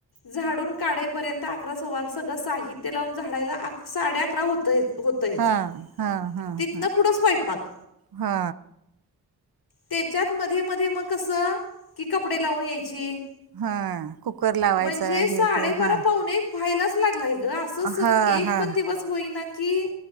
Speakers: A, on the left; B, on the right.
A: झाडून काढापर्यंत अकरा सव सगळं साहित्य लावून झाडाला साड्या अक होतय होतयच
B: हा हा हा
A: तिथ
B: हा
A: ना पुढं स्वयंपाक
B: हा
A: त्याच्यात मध्ये मध्ये मग कस कि कपडे लावून यायची.
B: हा कुकर लावायचा
A: म्हणजे साडेबारा
B: हे ते हा
A: पाहुणे एक व्हायलाच लागलाय ग असं असं
B: हा
A: एक
B: हा
A: पण दिवस होईना की